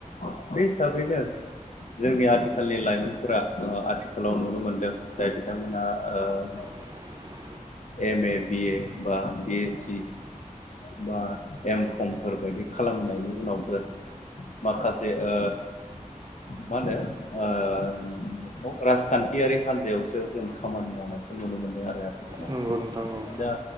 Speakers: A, on the left; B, on the right.
A: बे हिसाबैनो जोंनि आथिखालनि लाइमोनफोरा ओ आथिखालाव नुनो मोनदों जाय बिथांमोनहा ओ
B: <inaudible>
A: एम ए बि ए बा बि ए सि बा एम खमफोर बायदि खालामनायनि उनावबो माखासे ओ मा होनो ओ औ राजखान्थियारि हान्जायावसो जों खामानि मावनायखौ नुनो मोनदों आरो आथिखाल
B: नंगौ नोंथां नंगौ।
A: दा